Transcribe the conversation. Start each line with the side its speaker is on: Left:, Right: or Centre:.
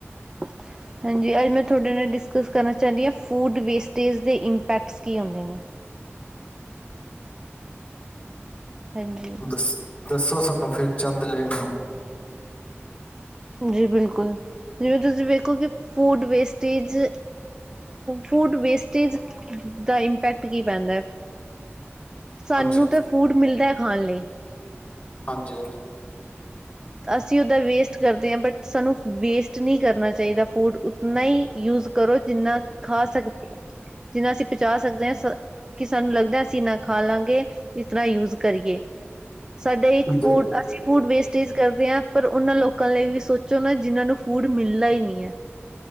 Right: <unintelligible> ਹਾਂਜੀ ਅੱਜ ਮੈਂ ਤੁਹਾਡੇ ਨਾਲ ਡਿਸਕਸ ਕਰਨਾ ਚਾਨੀ ਹਾਂ ਫੂਡ ਵੇਸਟੇਜ ਦੇ ਇੰਪੈਕਟਸ ਕੀ ਹੁੰਂਦੇ ਨੇ। ਹਾਂਜੀ
Left: ਦੱਸ ਦੱਸੋ ਸਾਨੂੰ ਫਿਰ ਚੰਦ ਲੈਣ ਨੂੰ।
Right: ਜੀ ਬਿਲਕੁਲ, ਜਿਵੇਂ ਤੁਸੀਂ ਵੇਖੋ ਕਿ ਫੂਡ ਵੇਸਟੇਜ ਫੂਡ ਵੇਸਟੇਜ, ਦਾ ਇੰਪੈਕਟ ਕੀ ਪੈਂਦਾ। ਸਾਨੂੰ
Left: ਹਾਂਜੀ
Right: ਤਾਂ ਫੂਡ ਮਿਲਦਾ ਹੈ ਖਾਣ ਲਈ।
Left: ਹਾਂਜੀ-ਹਾਂਜੀ।
Right: ਅਸੀਂ ਓਦਾ ਵੇਸਟ ਕਰਦੇ ਹਾਂ ਬਟ ਸਾਨੂੰ ਵੇਸਟ ਨਹੀਂ ਕਰਨਾ ਚਾਹੀਦਾ। ਫੂੰਡ ਉਤਨਾ ਹੀ ਯੂਜ ਕਰੋ ਜਿੰਨਾ ਖਾ ਸਕਦੇ, ਜਿੰਨਾ ਅਸੀਂ ਪਚਾ ਸਕਦੇ ਹਾਂ। ਕਿ ਸਾਨੂੰ ਲੱਗਦਾ ਅਸੀਂ ਇੰਨਾ ਖਾਲਾਂਗੇ ਇਤਨਾ ਯੂਜ ਕਰੀਏ। ਸਾਡੇ ਇੱਕ ਫੂਡ
Left: ਦ-
Right: ਅਸੀਂ ਫੂਡ ਵੇਸਟ ਟੇਜ ਕਰਦੇ ਹਾਂ ਪਰ ਉਹਨਾਂ ਲੋਕਾਂ ਲਈ ਵੀ ਸੋਚੋ ਨਾ ਜਿਹਨਾਂ ਨੂੰ ਫੂਡ ਮਿਲਣਾ ਹੀ ਨਹੀਂ ਹੈ।